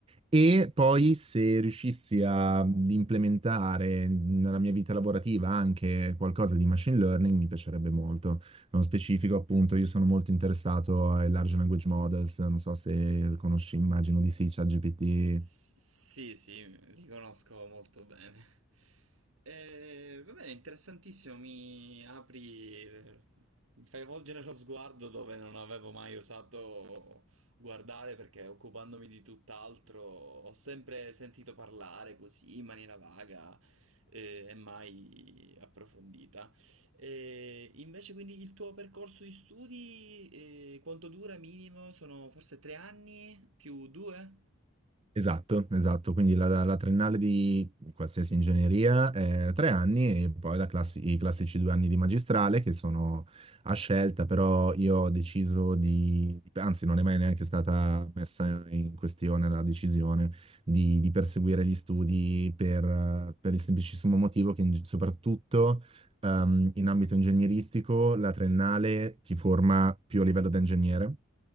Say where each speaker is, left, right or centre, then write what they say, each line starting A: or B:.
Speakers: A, on the right; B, on the right.
A: E poi se riuscissi a implementare nella mia vita lavorativa anche qualcosa di machine learning, mi piacerebbe molto. Nello specifico, appunto, io sono molto interessato ai large language models, non so se conosci, immagino di sì, ChatGPT.
B: S- sì, sì, li conosco molto bene. E, va bene, interessantissimo, mi apri, mi fai volgere lo sguardo dove non avevo mai osato guardare perché occupandomi di tutt'altro ho sempre sentito parlare così in maniera vaga eh, e mai approfondita. E invece quindi il tuo percorso di studi eh, quanto dura minimo? Sono forse tre anni più due?
A: Esatto, esatto, quindi la, la triennale di qualsiasi ingegneria è tre anni e poi la classi- i classici due anni di magistrale che sono a scelta, però io ho deciso di, anzi non è mai neanche stata messa in questione la decisione di, di perseguire gli studi per, per il semplicissimo motivo che in- soprattutto ehm, in ambito ingegneristico la triennale ti forma più a livello da ingegnere